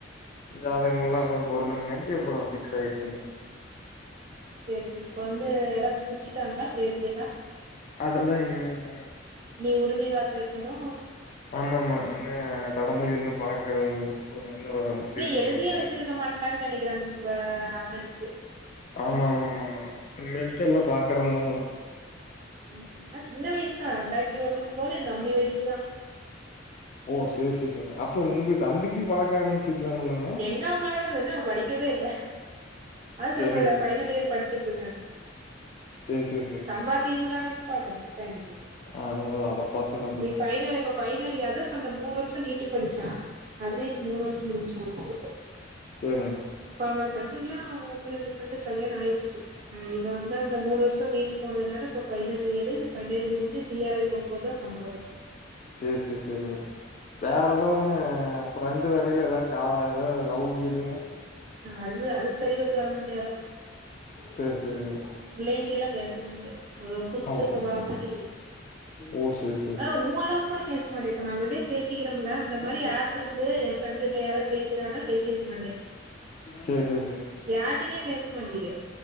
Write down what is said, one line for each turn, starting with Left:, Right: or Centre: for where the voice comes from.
Left: ஜாதகமெல்லா கொஞ்ச பொருந்தணங்காட்டி அப்பறோ ஃபிக்ஸ் ஆயிருச்சுங்க
Right: சேர் சேரி இப்ப வந்து எல்லா குறிச்சிட்டாங்ளா தேதி எல்லா
Left: அதெல்லா இனிமேல் தாங்க
Right: நீ உறுதி வார்த்த வெக்கணு
Left: ஆமாமாங் ன்ன தடமொழி இன்னு பாக்க <unintelligible>
Right: இன்னு
Left: பண்லீங்க
Right: எழுதியே வச்சிருக்க மாட்டாங்க நெனைக்கிறே உங்க அண்ணனுக்கு
Left: ஆமாமாமாங்க இனிமேல்த் எல்லா பாக்கறண்ணாங்க
Right: ம் ஆனா சின்ன வயசு தா ரெண்டாயிரத்தி ஒண்ணுங் போது எந் தம்பி வயசுதா
Left: ஓ சேர் சேர் செரிங்க அப்போ உங்க தம்பிக்கு பாக்க ஆரம்பிச்சிருக்லாம் இல்லங்க
Right: இதா பாக்கறது இன்னு அவ படிக்கவே இல்ல அது சொல்றனே
Left: சரிங்க
Right: ஃபைனல் இயர் படிச்சுட்ருக்காணு
Left: சேரி சேரி சேரிங்க
Right: சம்பாத்தியம் இல்லாம எங் பாக்றது பையனுக்கு
Left: அததா அத பாத்தால அப்டித்தாங்க
Right: நீ ஃபைனல் ஃபைனலி அதா சொன்ன மூணு வருஷோ நீட்டு படிச்சா அதுலயே மூனு வருஷோ முடிஞ்சி போச்சு
Left: செரிங்
Right: இப்ப அவனோட ஃப்ரெண்டுக்லா ஒன்னு ரெண்டு ஃப்ரெண்டுக் கல்யாண ஆயிர்ச்சு ம் இவ வந்து அந்த மூனு வருஷோ நீீட்டு போனதுனால இப்ப ஃபைனல் இயரு ஃபைனல் இயர் முஞ்சி சி ஆர் ஐ போம்போதா சம்பள வரு
Left: சேர் சேர் செரிங்க வேற எதோ ஒன்னு ஃப்ரெண்டு வகைல ஏதா கா ஏதாவது லவ் கீதுங்க
Right: ஆ அது அதுக்கு சரி பட்டு வரமாட்டேயவ
Left: சேர் சேரிங்க
Right: விலை மேல பேச முன்டே ஒரு கூச்ச
Left: ஓ
Right: சுபாவம் <unintelligible>
Left: ஓ சேர்
Right: ஆ உ அளவுக்கு கூட பேச மாட்டே இப்ப நா வந்து பேசிக்கிறோம்ல இந்த
Left: சேரி
Right: மாரி ஆப் இருந்து ஏ ஃப்ரெண்ட்ட யாராது பேசிரானா பேசிருக்க மாட்டே
Left: சேர் சேர் சேரி
Right: யாரிட்டையுமே பேச மாண்டிரே